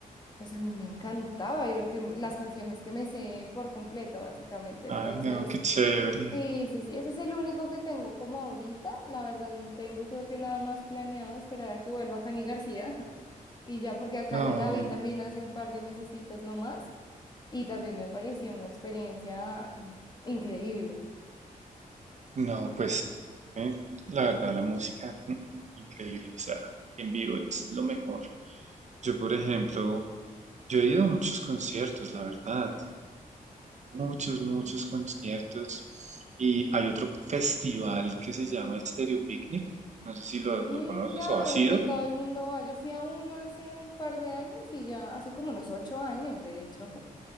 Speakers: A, on the left; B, on the right.
A: pues a mí me encantaba y lo que las canciones que me sé por completo básicamente. Entonces,
B: Ay, no, qué chévere.
A: sí, sí, sí, ese es el único que tengo como ahorita. La verdad no tengo creo que nada más planeado, esperar a que vuelva Cani García. <laughs> Y ya porque a Cani
B: No,
A: la vi también hace un par de mesecitos nomás y también me pareció una experiencia increíble.
B: no, pues eh, la verdad, la música, mm, increíble. O sea, y en vivo es lo mejor. Yo, por ejemplo, yo he ido a muchos conciertos, la verdad. muchos, muchos conciertos y hay otro festival que se llama Stereo Picnic, no sé si lo,
A: Mm,
B: lo conoces
A: claro,
B: o has ido.
A: que todo el mundo va. Yo fui a uno hace un par de años y ya, hace como unos ocho años, de hecho, <laughs>